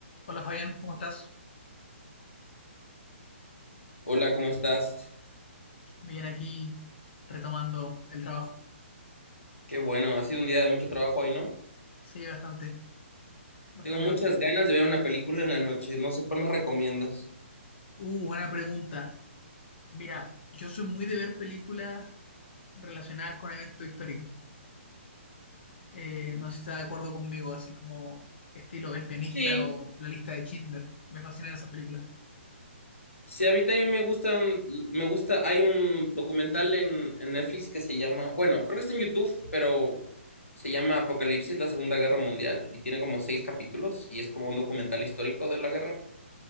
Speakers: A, on the left; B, on the left.
A: Hola Fabián, ¿cómo estás?
B: Hola, ¿cómo estás?
A: Bien aquí retomando el trabajo.
B: Qué bueno, ha sido un día de mucho trabajo hoy, ¿no?
A: Sí, bastante, bastante,
B: Tengo muchas
A: bastante.
B: ganas de ver una película en la noche, no sé cuál me recomiendas.
A: Uh, buena pregunta. Mira, yo soy muy de ver películas relacionadas con eventos históricos. Eh, no sé si estás de acuerdo conmigo, así como estilo El pianista
B: Sí,
A: o La lista de Schindler. Me fascinan esas películas.
B: Sí, a mí también me gustan, me gusta, hay un documental en, en Netflix que se llama, bueno, creo que está en YouTube, pero se llama Apocalipsis, la Segunda Guerra Mundial, y tiene como seis capítulos, y es como un documental histórico de la guerra.